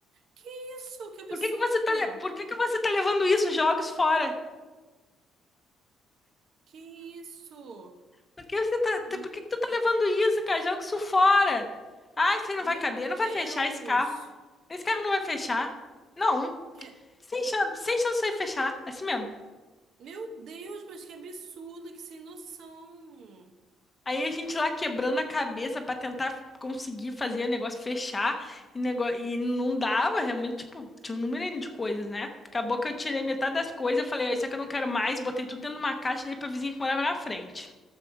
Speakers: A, on the right; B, on the left.
A: Que isso? Que absurdo!
B: Por que que você tá, le- por que que você tá levando isso? Joga isso fora.
A: Que isso?
B: Por que você tá, tá,
A: M-
B: por que que tu tá levando isso, cara? Joga isso fora. Ai, isso aí
A: meu
B: não vai caber, não
A: Deus!
B: vai fechar esse carro. Esse carro não vai fechar. Não,
A: Que...
B: sem chance, sem chance de fechar, é assim mesmo.
A: Meu Deus, mas que absurdo, que sem noção.
B: Aí a gente lá quebrando a cabeça pra tentar conseguir fazer o negócio fechar e, nego- e não dava, realmente, tipo, tinha um número N de coisas, né? Acabou que eu tirei metade das coisas, falei, "Ó, isso aqui eu não quero mais, botei tudo dentro de uma caixa e dei pra vizinha que morava na frente.